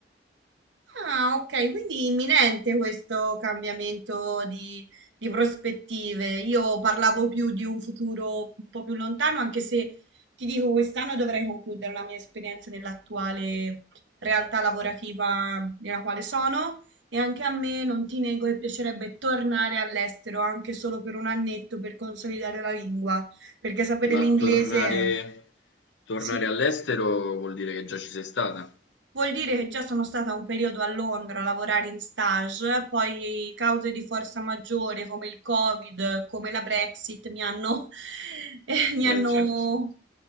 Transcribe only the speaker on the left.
Ma
tornare,
tornare
all'estero vuol dire che già ci sei stata.
Eh,
certo.